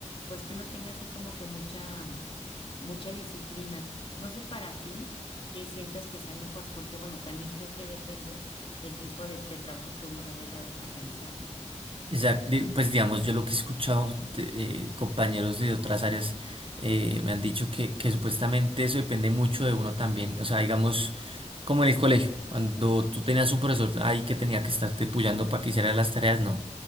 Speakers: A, on the left; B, on the right.
A: pues que uno tenga así como que mucha, mucha disciplina. No sé para ti qué sientas que sea mejor, porque bueno, también creo que depende del tipo de, de trabajo que uno vaya a, re- a realizar.
B: Exact- di- Pues digamos, yo lo que he escuchado de eh, compañeros de otras áreas eh, me han dicho que, que supuestamente eso depende mucho de uno también. O sea, digamos, como en el colegio, cuando tú tenías un profesor ahí que tenía que estarte puyando para que hiciera las tareas, no.